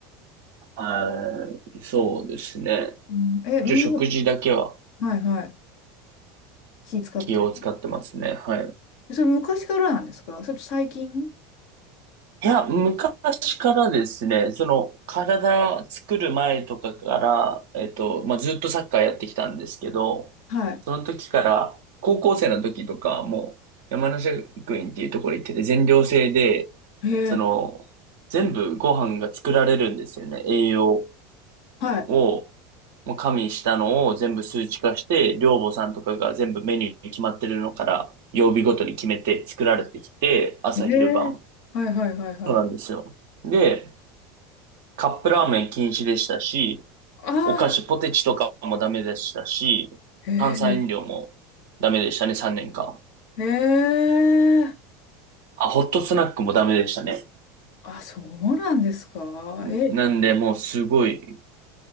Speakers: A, on the right; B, on the left.
A: はい。そうですね。
B: うんえ、うん、
A: 一応食事だけは
B: はいはい。気使ってる。
A: 気を使ってますね。はい。
B: それ昔からなんですかそれと最近
A: いや、昔からですね、その、体作る前とかから、えっと、まあ、ずっとサッカーやってきたんですけど、
B: は
A: その時から、高校生の時とか、もう、山梨学院っていうところ行ってて、全寮制で、
B: い。へえ、
A: その、全部ご飯が作られるんですよね、栄養。
B: は
A: を、もう加味したのを全部数値化して、寮母さんとかが全部メニューに決まってるのから、曜日ごとに決めて作られてきて、朝昼晩。
B: い。へえ、はいはいはいはい。
A: そうなんですよ。で、カップラーメン禁止でしたし、
B: あ
A: お菓子、ポテチとかもダメでしたし、
B: あ、へえ、
A: 炭酸飲料もダメでしたね、3年間。
B: へえ。
A: あ、ホットスナックもダメでしたね。
B: あ、そうなんですか。
A: んなんで、
B: え、
A: もうすごい、